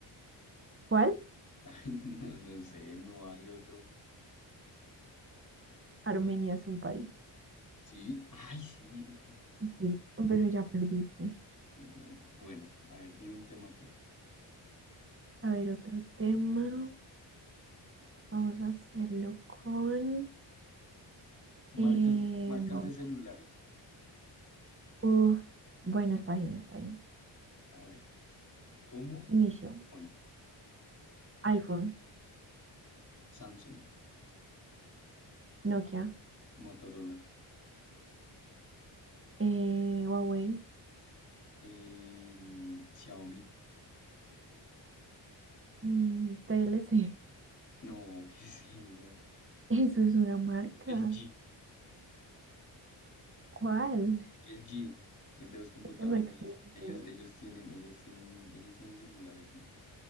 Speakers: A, on the right (about 25°); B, on the left (about 35°).
A: ¿Cuál?
B: <laughs> Ay, no, no sé, no hay otro.
A: Armenia es un país.
B: Sí, ay, sí. uf,
A: Sí, pero ya perdiste.
B: Mm, bueno, a ver, di un tema tú.
A: A ver, otro tema. Vamos a hacerlo con... em,
B: Marcas, marcas de celulares.
A: uf, bueno, está bien, está bien.
B: A ver, ¿cómo?
A: Inicio.
B: Phone,
A: iPhone,
B: Samsung,
A: Nokia,
B: Motorola,
A: eh, Huawei,
B: eh, mm, Xiaomi.
A: mm, TLC.
B: No, <laughs> ¿qué es eso?
A: <laughs> Eso es una marca.
B: El, G.
A: ¿Cuál?
B: El G, el de los computadores,
A: Eso no existe.
B: ellos, ellos, ellos tienen, ellas tienen, ellos tienen celulares, sí,